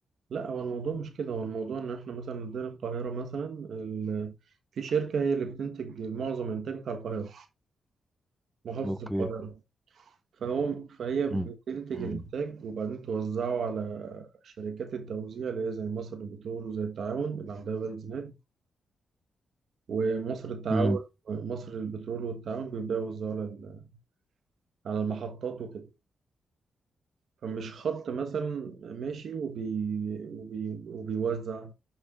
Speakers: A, on the right; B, in the centre.
A: لا هو الموضوع مش كده هو الموضوع ان احنا مثلا عندنا القاهرة مثلا ال- في شركة هي اللي بتنتج معظم الانتاج بتاع القاهرة محافظة
B: اوكي
A: القاهرة فهو فهي بتنتج
B: مم. مم.
A: الانتاج وبعدين توزعه على شركات التوزيع اللي هي زي مصر للبترول وزي التعاون اللي عندها بنزينات ومصر التعاون
B: مم.
A: مصر للبترول والتعاون بيبدأوا يوزعوا على ال- على المحطات وكده فمش خط مثلا ماشي وبي... وبي... وبيوزع